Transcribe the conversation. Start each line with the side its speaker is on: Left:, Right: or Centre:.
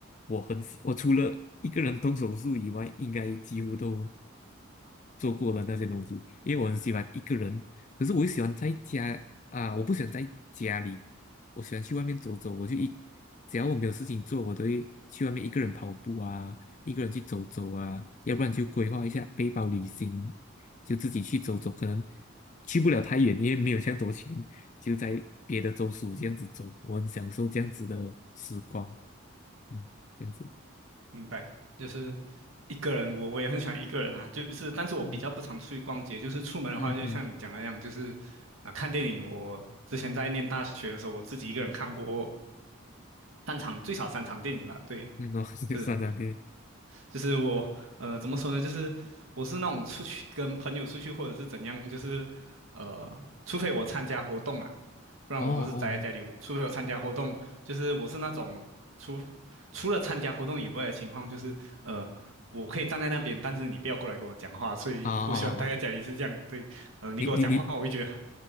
Left: 我很喜我除了一个人动手术以外，应该几乎都做过了那些东西，因为我很喜欢一个人，可是我又喜欢在家啊，我不喜欢在家里，我喜欢去外面走走，我就一只要我没有事情做，我都会去外面一个人跑步啊，一个人去走走啊，要不然就规划一下背包旅行。
Right: 嗯
Left: 就自己去走走，可能去不了太远，因为没有这样多钱，就在别的州属这样子走，
Right: 嗯。
Left: 我很享受这样子的时光，嗯，这样子，
Right: 明白，就是一个人，我我也很喜欢一个人啊，就是但是我比较不常出去逛街，
Left: 嗯
Right: 就是出门的话，
Left: 嗯嗯
Right: 就像你讲的那样，就是啊、看电影，我之前在念大学的时候，我自己一个人看过单场最少三场电影吧，对，
Left: 嗯，哦，<laughs> 就算上对，
Right: 是，就是我呃怎么说呢，就是我是那种出去跟朋友出去或者是怎样，就是呃除非我参加活动啊。不然我都是宅在家里。
Left: 哦哦，
Right: 我除了有参加活动，就是我是那种除除了参加活动以外的情况，就是呃，我可以站在那边，但是你不要过来跟我讲话，所以我喜欢待在家里是这样。
Left: 啊啊啊，
Right: 对，呃，你跟我讲话，
Left: 你你你
Right: 我会觉得